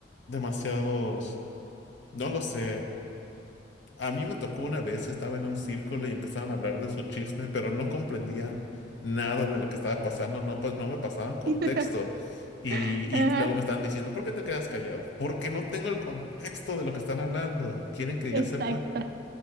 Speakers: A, on the left; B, on the right.
A: demasiados, no lo sé. A mí me tocó una vez que estaba en un círculo y empezaban a hablar de su chisme, pero no comprendía nada de lo que estaba pasando, no, pa- no me pasaban contexto.
B: <laughs>
A: Y,
B: Ajá,
A: y luego me estaban diciendo, ¿por qué te quedas callado? Porque no tengo el contexto de lo que están hablando. Quieren que
B: exacto,
A: ya sepa,